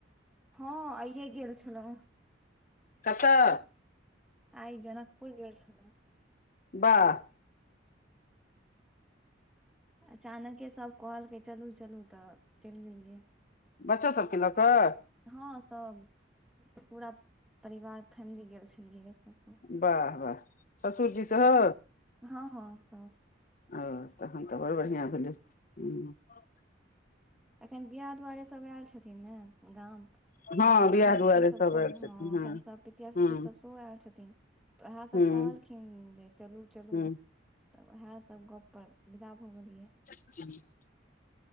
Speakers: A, in the centre; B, on the left.
A: हँ आइए गेल छेलौ
B: कतऽ
A: आइ जनकपुर गेल छलौ
B: वाह
A: अचानके सब कहलकै चलू चलू तऽ चलि गेलियै
B: बच्चो सबके लऽ कऽ
A: हँ सब पूरा परिवार फैमिली गेल छलियै सब कोइ।
B: वाह वाह ससुरजी सेहो
A: हँ हँ सब
B: ओ तखन तऽ बड बढ़िआँ भेलै ह्
A: अखैन बियाह दुआरे सब एल छथिन ने गाम
B: हँ
A: हमर पितिया
B: बिआह
A: ससुरसभ
B: दुआरे सब
A: सभ
B: आयल
A: हँ
B: छथिन
A: एखन सभ पितिया
B: हूं
A: ससुरसभ सेहो आयल छथिन तऽ उएहसभ
B: हूं
A: कहलखिन अन जे चलू चलू
B: हूं
A: तऽ ओएह सब गप पर विदा भऽ गेलियै
B: ह <unintelligible>